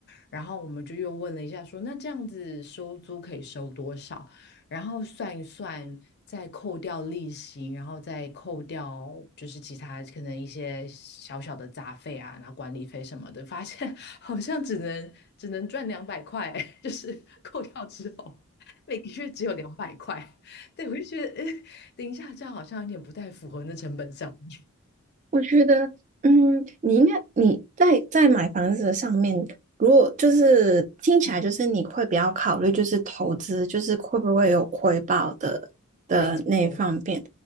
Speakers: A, on the left; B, on the right.
A: 然后我们就又问了一下说，那这样子收租可以收多少？然后算一算，再扣掉利息，然后再扣掉就是其他可能一些小小的杂费啊，然后管理费什么的，发现好像只能只能赚两百块，<laughs> 就是扣掉之后，每个月只有两百块。对，我就觉得，<laughs> 诶，等一下这样好像有点不太符合那成本上。益。
B: 我觉得，嗯，你应该你在在买房子的上面，如果就是听起来就是你会比较考虑就是投资，
A: 嗯，
B: 就是会不会有回报的的那一方面。
A: 没错，